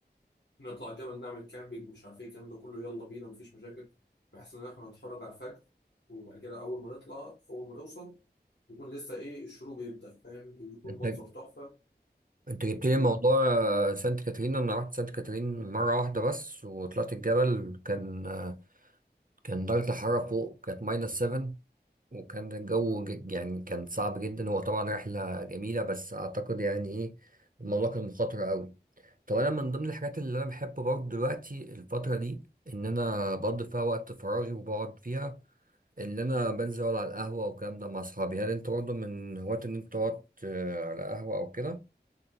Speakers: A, on the left; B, on the right.
A: نطلع الجبل نعمل كامبينج مش عارف إيه الكلام ده كله يلا بينا مفيش مشاكل بحيث إن إحنا نتفرج على الفجر وبعد كده أول ما نطلع أول ما نوصل يكون لسه إيه الشروق يبدأ فاهم يكون
B: أنت
A: منظر تحفة
B: أنت جبت لي
A: و-
B: موضوع آه، سانت كاترين أنا رحت سانت كاترين مرة واحدة بس وطلعت الجبل كان آه، كان درجة الحرارة فوق كانت ماينس 7 وكان الجو ج- يعني كان صعب جدا هو طبعا رحلة جميلة بس أعتقد يعني إيه الموضوع كان مخاطر أوي طب انا من ضمن الحاجات اللي انا بحبه برضه دلوقتي الفتره دي ان انا بقضي فيها وقت فراغي وبقعد فيها اللي انا بنزل اقعد على القهوه والكلام ده مع اصحابي هل انت برضه من هواة ان انت تقعد آه، على قهوه او كده